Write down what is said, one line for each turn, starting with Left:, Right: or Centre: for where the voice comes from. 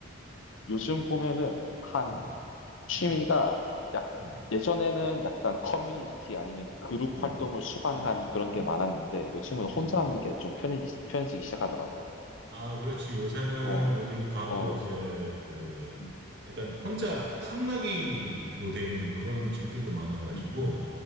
Left: 요즘 보면은 한
Right: 음,
Left: 취미가
Right: 음,
Left: 약,
Right: 음,
Left: 예전에는 약간 커뮤니티 아니면 그룹
Right: 음,
Left: 활동을 수반한
Right: 음,
Left: 그런 게 많았는데, 요즘은
Right: 음, 음,
Left: 혼자
Right: 음.
Left: 하는 게 좀 편해지, 편해지기 시작하더라고.
Right: 아, 그렇지. 요새는
Left: 어,
Right: 어디 가도
Left: 어,
Right: 이제 그
Left: 음,
Right: 약간 혼자 칸막이로 돼 있는 그런 집들도 많아가지고
Left: 음,